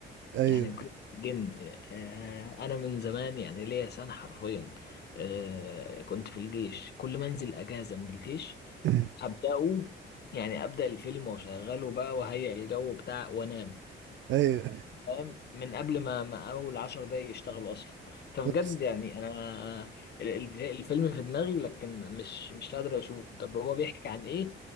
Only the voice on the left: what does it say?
يعني وكيرة والجن آه انا من زمان يعني ليا سنه حرفيا آه كنت في الجيش كل ما انزل اجازه من الجيش
ابداه يعني ابدا الفيلم واشغله بقى وهيئ الجو بتاع وانام
فاهم من قبل ما, ما اول عشر دقايق يشتغلوا اصلا فبجد
يعني انا ال- ال- الفيلم في دماغي لكن مش مش قادر اشوفه طب هو بيحكي عن ايه